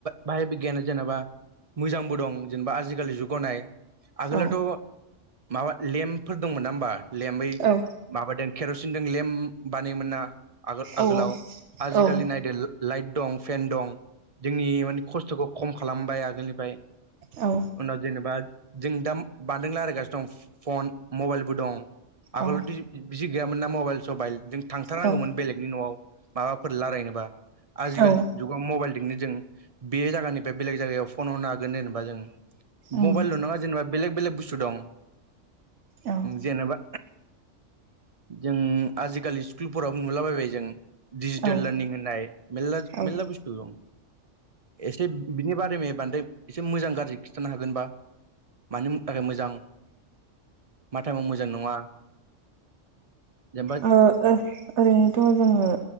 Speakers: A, on the right; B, on the right.
A: बाहाय बिगियाना जेनेबा मोजांबो दं जेनेबा आजिखालि जुगाव नाय आगोलावथ'
B: औ
A: माबा लेम्पफोर दंमोन ना होमबा लेम्प बै
B: औ
A: माबादों केर'सिनजों लेम्प बानायोमोन ना आगो आगोलाव
B: औ
A: आजिखालि
B: औ
A: नायदो लाइट दं फेन दं जोंनि मानि खस्थ'खौ खम खालामबाय आगोलनिफ्राय।
B: औ
A: उनाव जेनेबा जों दा बानदों लायरखयगासिनो दं फन मबाइलबो दं आगोलाव
B: औ
A: दि बिदि गैयामोन ना मबाइल सबाइल जों थांथारनांगौमोन
B: औ
A: बेलेग नि न'आव माबाफोर रायलायनोबा आजिखालि
B: औ
A: जुगाव मबाइलजोंंनो जों बे जगानिफ्राय बेलेग जायगायाव फन हरनो हागोन जेनेबा जों
B: उम
A: मबाइलल' नाङा जेनेबा बेलेग बेलेग बुस्थु दं।
B: औ
A: जेनेबा जों आजिखालि स्कुलफोरावबो नुलाबायबाय जों डिजिटेल
B: औ
A: लार्निं होननाय मेलला
B: औ
A: मेलला बुस्थु दं। एसे बिनि बारै मे बांदो एसे मोजां गाज्रि खिन्थानो हागोनबा? मानि थाखाय मोजां मा टाइमाव मोजां नङा जेनेबा
B: औ ओरैनोथ' जोङो